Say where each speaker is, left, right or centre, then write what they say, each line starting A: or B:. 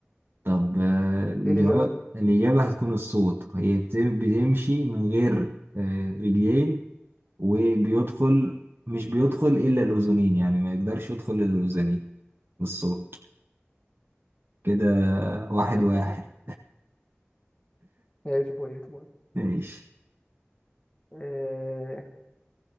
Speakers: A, on the right; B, on the left.
A: طب آه، الجواب
B: الإجابة
A: الإجابة هتكون الصوت هي بت- بتمشي من غير آه، رجلين وبيدخل مش بيدخل إلا الأذنين يعني ما يقدرش يدخل إلا الأذنين الصوت كده واحد
B: صدق
A: واحد
B: سهل ماشي بوينت بوينت
A: ماشي
B: آه...